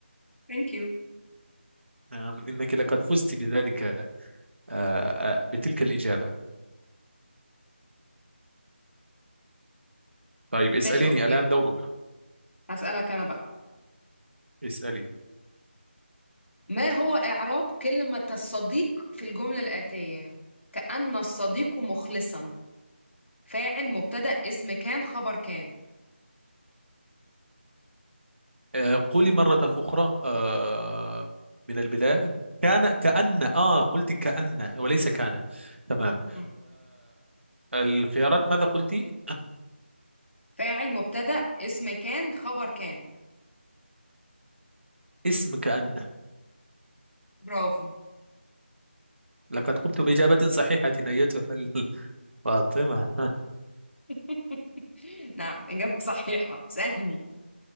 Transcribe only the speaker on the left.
ثانك يو
ماشي اوكي
هسألك انا بقى
ما هو إعراب كلمة الصديق في الجملة الآتية كأن الصديق مخلصا فاعل مبتدأ اسم كان خبر كان
مم.
فاعل مبتدأ اسم كان خبر كان
برافو
<laughs> نعم إجابة صحيحة اسألني